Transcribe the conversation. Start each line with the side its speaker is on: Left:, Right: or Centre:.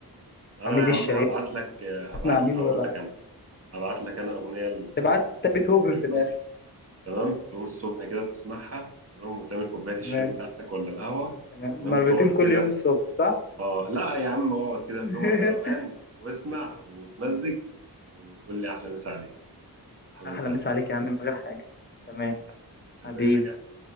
Right: انا
Left: حميد
Right: يا عم
Left: الشاعري
Right: هبعت لك هبعت
Left: اسمع مين
Right: لك اقول
Left: ورا
Right: لك انا هبعت لك انا اغنيه
Left: تبقى عارف انت بيتهوفن
Right: لفيروز
Left: في الاخر
Right: تمام تقوم الصبح كده تسمعها تمام وتعمل كوبايه الشاي
Left: تمام
Right: بتاعتك ولا القهوه
Left: تمام
Right: تمام
Left: مرتين
Right: تقعد
Left: كل
Right: كده
Left: يوم الصبح صح
Right: اه لا يا عم اقعد كده
Left: <laughs>
Right: في يوم على روقان واسمع وتمزج وقول لي احلى مسا عليك احلى
Left: احلى
Right: مسا عليك
Left: مسا عليك يا عم من غير حاجه تمام
Right: حبيبي، مش
Left: حبيبي
Right: زي حاجه